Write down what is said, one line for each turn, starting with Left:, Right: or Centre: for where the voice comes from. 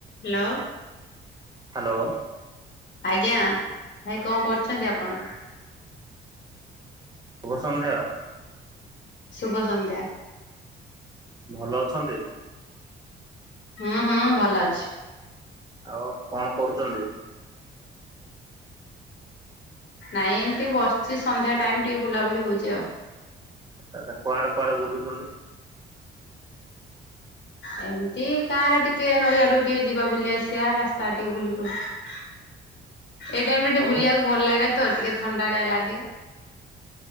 Left: Hello.
Right: Hello.
Left: ଆଜ୍ଞା ଭାଇ କଣ କରୁଛନ୍ତି ଆପଣ?
Right: ଶୁଭ ସନ୍ଧ୍ୟା।
Left: ଶୁଭ ସନ୍ଧ୍ୟା।
Right: ଭଲ ଅଛନ୍ତି?
Left: ହୁଁ ହୁଁ ଭଲ ଅଛି।
Right: ଆଉ କଣ କରୁଛନ୍ତି?
Left: ନାଇଁ ଏମିତି ବସିଛି ସନ୍ଧ୍ୟା ଟାଇମ ଟିକେ ବୁଲାବୁଲି ହଉଛି ଆଉ।
Right: ଆଚ କୁଆଡେ କୁଆଡେ ବୁଲୁଛନ୍ତି?
Left: ଏମିତି ଗାଁରେ ଟିକେ ନଈଆଡୁ ଟିକେ ଯିବା ବୁଲି ଆସିବା ରାସ୍ତା ଟିକେ ବୁଲି ପ ଏଇ ଟାଇମରେ ଟିକେ
Right: ଆଉ
Left: ବୁଲିବାକୁ ଭଲ ଲାଗେ ତ ଟିକେ ଥଣ୍ଡାଳିଆ ଲାଗେ।